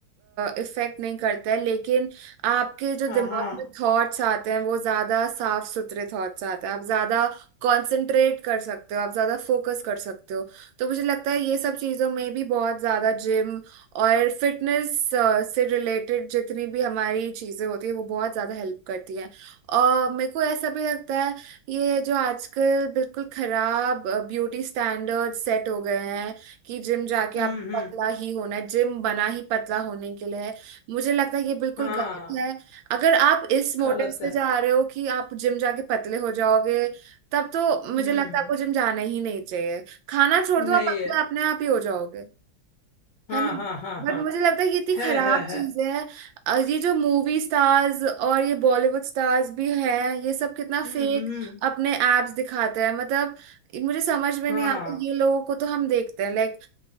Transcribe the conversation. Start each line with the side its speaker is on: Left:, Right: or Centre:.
Right: इफेक्ट नहीं करता है लेकिन आपके जो
Left: हाँ
Right: दिमाग
Left: हाँ
Right: में थॉट्स आते हैं वो ज्यादा साफ सुथरे थॉट्स आते हैं आप ज्यादा कंसंट्रेट कर सकते हो आप ज्यादा फोकस कर सकते हो तो मुझे लगता है ये सब चीजों में भी बहुत ज्यादा जिम और फिटनेस से रिलेटेड जितनी भी हमारी चीजें होती है वो बहुत ज्यादा हेल्प करती हैं और मेरे को ऐसा भी लगता है ये जो आजकल बिल्कुल खराब ब्यूटी स्टैंडर्ड सेट हो गए हैं कि जिम जाके
Left: हम्म
Right: आप
Left: हम्म
Right: पतला ही होना है जिम बना ही पतला होने के लिए है मुझे लगता है ये बिल्कुल
Left: हाँ
Right: गलत है अगर आप इस मोटिव
Left: गलत
Right: से
Left: है
Right: जा रहे हो कि आप जिम जाके पतले हो जाओगे तब तो मुझे
Left: हम्म
Right: लगता है आपको जिम जाना ही नहीं चाहिए खाना छोड़
Left: नहीं
Right: दो आप पतले
Left: है
Right: अपने आप ही हो जाओगे
Left: हाँ
Right: है ना
Left: हाँ हाँ
Right: बट
Left: हाँ
Right: मुझे लगता है कि इतनी खराब
Left: है है है
Right: चीज है अ, ये जो मूवी स्टार्स और ये बॉलीवुड स्टार्स भी हैं ये सब कितना
Left: हम्म
Right: फेक
Left: हम्म
Right: अपने एप्स दिखाते हैं मतलब मुझे समझ में
Left: हाँ
Right: नहीं आता ये लोगों को तो हम देखते हैं लाइक